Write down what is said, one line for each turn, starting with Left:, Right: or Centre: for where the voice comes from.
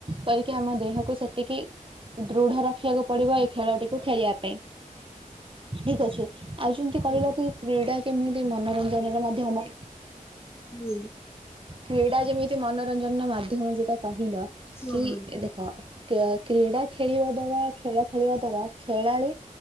Right: କରିକି ଆମ ଦେହକୁ ସେ ତିକି ଦୃଢ ରଖିବାକୁ ପଡିବ ଏଇ ଖେଳଟିକୁ ଖେଳିବା ପାଇଁ। ଠିକ ଅଛି। ଆଉ ଯେମିତି
Left: ହୁଁ
Right: କହିବାକୁ ଏ କ୍ରୀଡ଼ା କେମିତି ମନୋରଞ୍ଜନ ର ମାଧ୍ୟମ?
Left: ହୁଁ।
Right: କ୍ରିଡା ଯେମିତି ମନୋରଞ୍ଜନର ମାଧ୍ୟମ ଯୋଉଟା କହିଲ
Left: ହଁ
Right: କି
Left: ହଁ
Right: ଦେଖ କେ କ୍ରୀଡ଼ା ଖେଳିବା ଦ୍ଵାରା ଖେଳ ଖେଳିବା ଦ୍ଵାରା ଖେଳାଳି